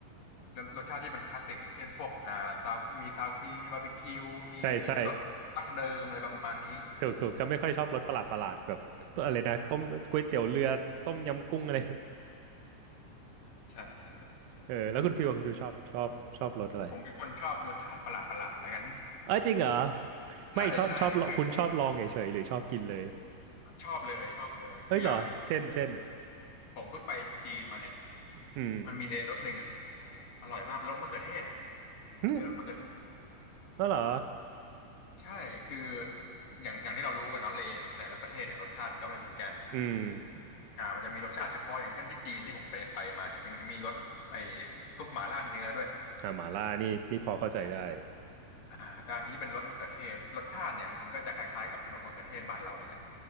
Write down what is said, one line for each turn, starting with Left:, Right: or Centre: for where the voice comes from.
Left: รสชาติที่มันคลาสสิกอย่างเช่นพวกอ่าซาวมีซาวครีมมีบาร์บีคิวมีรสตั้งเดิมอะไรประมาณนี้
Right: ใช่ใช่ถูกถูกจะไม่ค่อยชอบรสประหลาดประหลาดแบบอะไรนะต้มก๋วยเตี๋ยวเรือต้มยำกุ้งอะไร
Left: อ่า <laughs> ใช่ใช่
Right: <laughs> เออแล้วคุณฟิวอะคุณฟิวชอบชอบชอบรสอะไร
Left: ผมผมเป็นคนชอบรสชาติประหลาดประหลาดแล้วกัน
Right: เออจริงเหรอ
Left: <laughs> ใช่ใช่คือ
Right: ไม่ชอบชอบลองคุณชอบลองเฉยๆหรือชอบกินเลย
Left: ชอบเลยชอบเลยคืออย่าง
Right: เฮ้ยเหรอเช่นเช่น
Left: ผมเพิ่งไปจีนมาเนี่ย
Right: อืม
Left: มันมีเลยรสหนึ่งอร่อยมากรสมะเขือเทศ
Right: หึ
Left: เลยรสมะเขือเทศ
Right: อ๋อเหรอ
Left: ใช่คืออย่างอย่างที่เรารู้กันเนาะเลแต่ละประเทศเนี่ยรสชาติมันก็ไม่เหมือนกัน
Right: อืม
Left: อ่ามันจะมีรสชาติเฉพาะอย่างเช่นที่จีนที่ผมไปไปมาเนี่ยมีมีรสไอ้ซุปหม่าล่าเนื้อด้วย
Right: อ่าหม่าล่านี่นี่พอเข้าใจได้
Left: อ่าอ่าแต่อันนี้เป็นรสมะเขือเทศรสชาติเนี่ยมันก็จะคล้ายๆกับขนมมะเขือเทศบ้านเรานี่แหละ